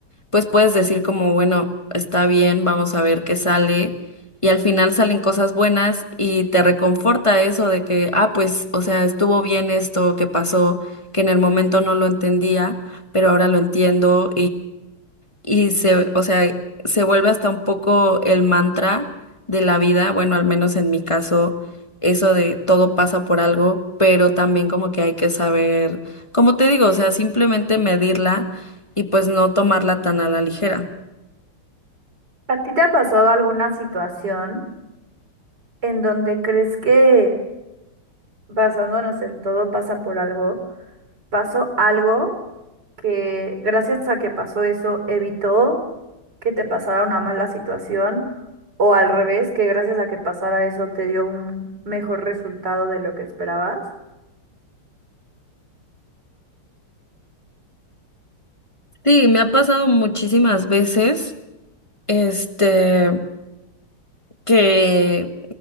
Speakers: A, on the left; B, on the right.
A: pues puedes decir como, bueno, está bien, vamos a ver qué sale. Y al final salen cosas buenas y te reconforta eso de que, ah, pues, o sea, estuvo bien esto que pasó, que en el momento no lo entendía, pero ahora lo entiendo y se, o sea, se vuelve hasta un poco el mantra de la vida, bueno, al menos en mi caso, eso de todo pasa por algo, pero también como que hay que saber, como te digo, o sea, simplemente medirla y pues no tomarla tan a la ligera.
B: ¿A ti te ha pasado alguna situación en donde crees que basándonos en todo pasa por algo? pasó algo que gracias a que pasó eso evitó que te pasara una mala situación o al revés, que gracias a que pasara eso te dio un mejor resultado de lo que esperabas.
A: Sí, me ha pasado muchísimas veces, este, que,